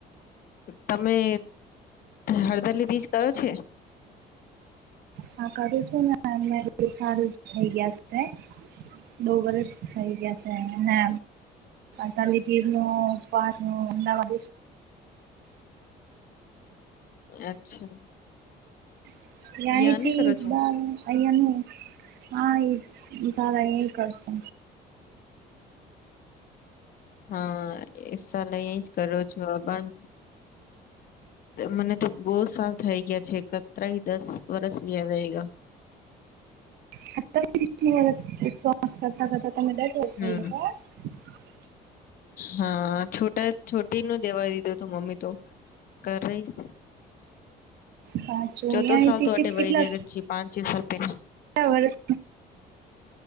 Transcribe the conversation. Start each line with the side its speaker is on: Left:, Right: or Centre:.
Left: તમે હળદરલી બીજ કરો છે
Right: હા કરું છું ને અ સારું થઈ ગયા છે બો વરસ થઈ ગયા છે ને તલી તીરનું પાારનો એવા
Left: અચ્છા
Right: <unintelligible>
Left: યા ની કરો છો?
Right: અહીનું હા એ સારા એ કરશો.
Left: હા એ સલે એ જ કરો છો પણ મને તો બહ સાલ થઈ ગયા છે એકત્ર દસ વર્સ લ્યા ગ <inaudible>
Right: <unintelligible>
Left: હમ હા છોટા છોટી નું દેવા દીધું તો મમ્મી તો કરૈસ.
Right: સાચું
Left: ચૌથો
Right: અહીંથી
Left: સાલ તોડે
Right: કેટલા
Left: વય જગનજી પાંચ છ સાલ પહેલા
Right: કેટલા વર્ષ